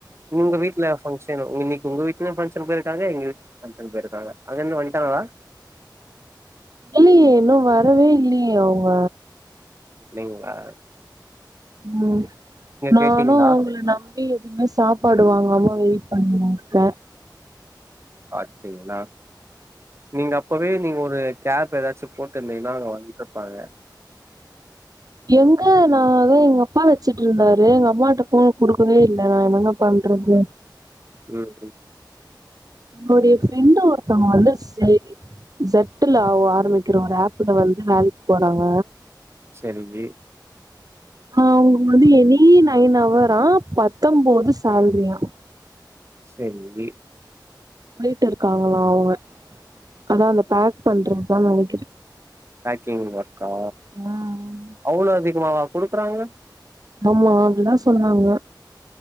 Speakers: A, on the right; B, on the right.
A: உங்க வீட்ல ஃபங்கஷனு இன்னக்கி உங்க வீட்ல ஃபங்க்ஷன் போய்ர்க்காக எங்க வீட் ஃபங்க்ஷன் பேய்ருக்காங்க அங்கேருந்து வன்டாங்ளா
B: இல்லயே இன்னு வரவே இல்லயே அவுங்க
A: அப்டிங்களா
B: ம் நானு
A: கேட்டீங்களா?
B: உங்கள நம் ப்டி எதுமே சாப்பாடு வாங்காம வெயிட் பண்ணுவேக்க
A: பாத்திங்களா நீங்க அப்பவே நீங்க ஒரு கேப் ஏதாச்சு போட்டு இருந்திங்னா அங்க வந்துர்ருப்பாங்க
B: எங்க நாதேன் எங்க அப்பா வச்சுட்டுருந்தாரு எங்க அம்மாட்ட ஃபோன குடுக்கவே இல்ல நா என்னங்க பண்றது
A: ம் ம்
B: எனோடைய ஃப்ரெண்ட்டு ஒருத்தவங்க வந்து சேரி செட்டுல அவ ஆரம்மிக்கிறோ ரப்பிடோ வந்து வேலைக்கு போறாங்க
A: செலுவி
B: ஆ அவுங்க வந்து எனி நைன் அவரா பத்தொம்போது சால்ரியா
A: செல்வி
B: போய்ட்டு இருக்காங்களா அவுங்க அதா அந்த பேக் பண்றதுதா நெனக்கிற
A: பேக்கிங் ஒர்க்கா
B: ம்
A: அவ்ளோ அதிகமாவா குடுக்றாங்க
B: ஆமா அதுதான் சொன்னாங்க